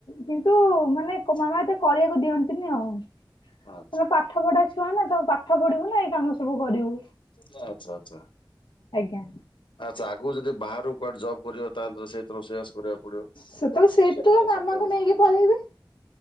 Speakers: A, on the left; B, on the left.
A: କିନ୍ତୁ ମାନେ ମାମା ଏତେ କରିବାକୁ ଦିଅନ୍ତିନି ଆଉ। ମାନେ
B: ଆଚ୍ଛା
A: ପାଠ ପାଠପଢ଼ା ଛୁଆ ନା, ତ ପାଠ ପଢ଼ିବୁ ନା ଏଇ କାମ ସବୁ କରିବୁ।
B: ନାଁ, ଆଚ୍ଛା ଆଚ୍ଛା।
A: ଆଜ୍ଞା।
B: ଆଚ୍ଛା। ଆଗୁକୁ ଯଦି ବାହାରୁକୁ କୁଆଡେ ଜବ କରିବ ତାହେଲେ ସେ ତ ରୋଷେଇବାସ କରିବାକୁ ପଡିବ।
A: ସେତେବେଳେ ସେତେବେଳେ
B: <unintelligible> ସାତଟା
A: ମାମାଙ୍କୁ
B: ବେଳେ।
A: ନେଇକି ପଳେଇବି